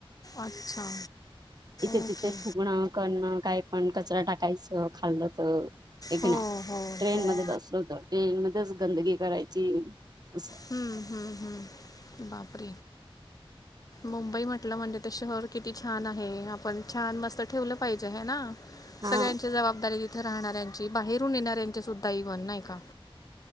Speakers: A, on the left; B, on the right.
A: अच्छा
B: इथे
A: ओके
B: तिथे ठथगणं करणं काय पण कचरा टाकायचं खाल्लं तर एकना
A: हो हो
B: ट्रेन
A: हो
B: मध्ये बसलो होत ट्रेन मध्येच गंदगी करायची असं
A: ह् ह् ह् बापर मुंबई म्हटलं म्हणजे ते शहर किती छान आहे आपण छान मस्त ठेवलं पाहिजे ह ना
B: हा
A: सगळ्यांची जबाबदारी तिथे राहणाऱ्यांची बाहेरून येणाऱ्यांची सुद्धा इव्हन नाही का